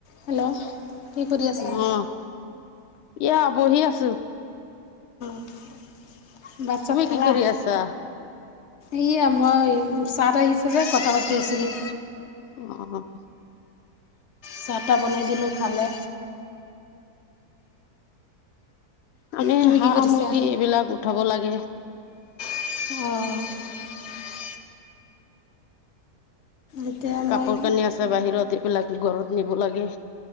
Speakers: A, on the left; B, on the left.
A: Hello কি কৰি
B: অ
A: আছা?
B: এয়া বহি আছোঁ।
A: <inaudible> ভাত চাত খালা?
B: কি কৰি আছা
A: এইয়া মই <unintelligible> <unintelligible> কথা পাতি আছিলোঁ।
B: অ'!
A: চাহ তাহ বনাই দিলোঁ খালে।
B: মানে,
A: তুমি
B: হাঁহ,
A: কি কৰিছা
B: মুৰ্গী এইবিলাক উঠাব লাগে।
A: অ'! এতিয়া মই
B: কাপোৰ কানি আছে বাহিৰত, এইবিলাক ঘৰত নিব লাগে।